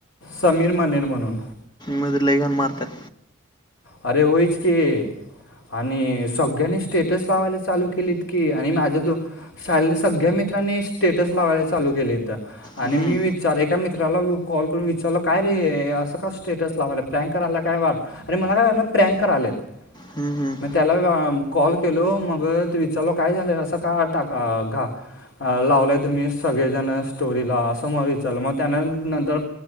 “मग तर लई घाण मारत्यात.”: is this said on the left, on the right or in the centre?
Left